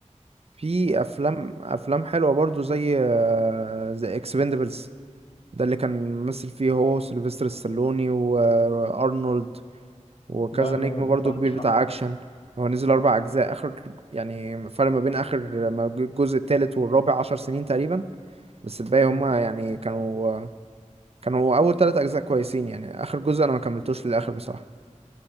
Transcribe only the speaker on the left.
لا انا
ما
اتفرجتش
عليه
مم.